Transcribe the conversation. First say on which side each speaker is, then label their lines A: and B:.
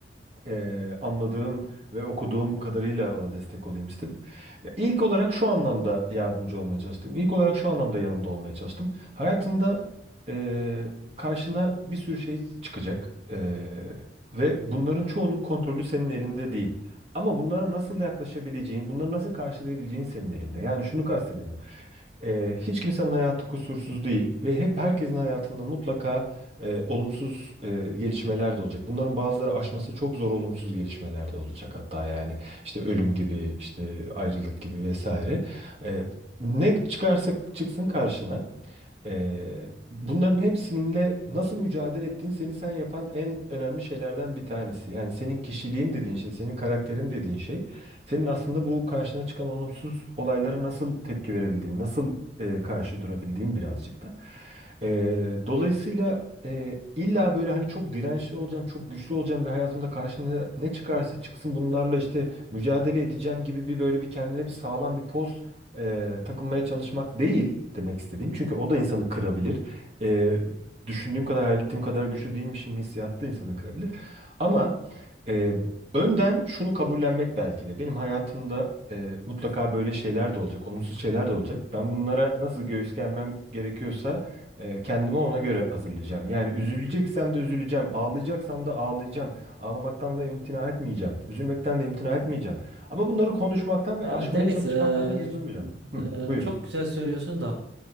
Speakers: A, on the right; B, on the right.
A: eee, anladığım ve okuduğum kadarıyla ona destek olayım istedim. Ya ilk olarak şu anlamda yardımcı olmaya çalıştım. İlk olarak şu anlamda yanında olmaya çalıştım. Hayatında eee, karşına bir sürü şey çıkacak Eee, ve bunların çoğunun kontrolü senin elinde değil. Ama bunlara nasıl yaklaşabileceğin, bunları nasıl karşılayabileceğin senin elinde. Yani şunu kastediyorum. Eee, hiç kimsenin hayatı kusursuz değil ve hep herkesin hayatında mutlaka eee, olumsuz eee, gelişmeler de olacak. Bunların bazıları aşması çok zor olumsuz gelişmeler de olacak hatta yani işte ölüm gibi, işte ayrılık gibi vesaire. Eee, ne çıkarsa çıksın karşına ee, bunların hepsinde nasıl mücadele ettiğin seni sen yapan en önemli şeylerden bir tanesi. Yani senin kişiliğin dediğin şey, senin karakterin dediğin şey, senin aslında bu karşına çıkan olumsuz olaylara nasıl tepki verebildiğin, nasıl e, karşı durabildiğin birazcık da. Ee, dolayısıyla e, illa böyle hani çok dirençli olacağım, çok güçlü olacağım ve hayatımda karşımda ne çıkarsa çıksın bunlarla işte mücadele edeceğim gibi bir böyle bir kendine bir sağlam bir poz e, takılmaya çalışmak değil demek istediğim. Çünkü o da insanı kırabilir. E, düşündüğüm kadar, hayal ettiğim kadar güçlü değilmişim hissiyatı da insanı kırabilir. Ama e, önden şunu kabullenmek belki de. Benim hayatımda e, mutlaka böyle şeyler de olacak, olumsuz şeyler de olacak. Ben bunlara nasıl göğüs germem gerekiyorsa e, kendimi ona göre hazırlayacağım. Yani üzüleceksem de üzüleceğim, ağlayacaksam da ağlayacağım. Ağlamaktan da imtina etmeyeceğim, üzülmekten de imtina etmeyeceğim. Ama bunları konuşmaktan ve
B: Ya
A: aşmaya
B: Deniz
A: çalışmaktan
B: e,
A: da geri durmayacağım. Hı, buyur.
B: e, çok güzel söylüyorsun da